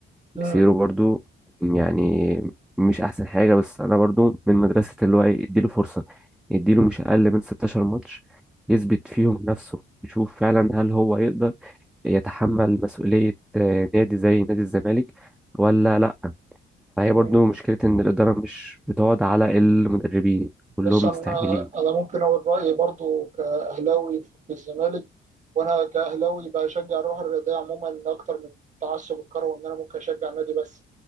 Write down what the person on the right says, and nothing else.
مم.
مم.
بص انا
انا ممكن اقول رايي برضو كاهلاوي في الزمالك وانا كاهلاوي بشجع الروح الرياضيه عموما اكتر من تعصب الكروي وان انا ممكن اشجع نادي بس